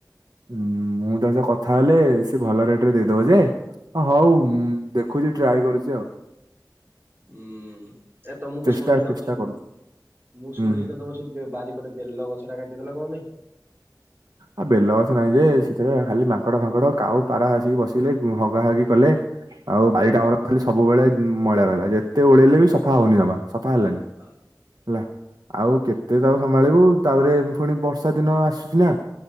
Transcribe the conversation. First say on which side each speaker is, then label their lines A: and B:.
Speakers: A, on the right; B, on the right.
A: ହଁ ମୁଁ ତା ସହ କଥା ହେଲେ ସେ ଭଲ ରେଟ ରେ ଦେଇଦବ ଯେ। ଅ ହଉ ଉଁ ଦେଖୁଛି ଟ୍ରାଏ କରୁଛି ଆଉ।
B: ଉଁ ଏ ତମକୁ
A: ଚେଷ୍ଟା
B: ଶୁଣିଲି
A: ଚେଷ୍ଟା
B: ତମ ସେ
A: କରୁଛି
B: ଉଁ। ମୁଁ
A: ହୁଁ
B: ଶୁଣିଲି
A: ହୁଁ
B: ଙ୍କ ତମ ସେଇ ବୋ ବାରିପଟେ ବେଲ ଗଛ ଟା କାଟିଦେଲ ଙ୍କ ପାଇଁ।
A: ଆ ବେଲଗଛ ନା ନାଇ ଯେ ସେଥିରେ ଖାଲି ମାଙ୍କଡ ଫାଙ୍କଡ କାଉ ପାରା ଆସିକି ବସିଲେ ଉଁ ହଗା ହଗି କଲେ। ଆଉ ବାରି ଟା ଆମର ଖାଲି ସବୁବେଳେ ଉଁ ମଇଳା ରହିଲା ଯେତେ ଓଳେଇଲେ ବି ସଫା ହଉନି ଜମା। ସଫା ହେଲାନି
B: ଆ
A: ଲା ଆଉ କେତେ
B: ଖ
A: ତାକୁ ସମ୍ଭାଳିବୁ ତାପରେ ଫୁଣି ବର୍ଷା ଦିନ ଆସୁଛି ନା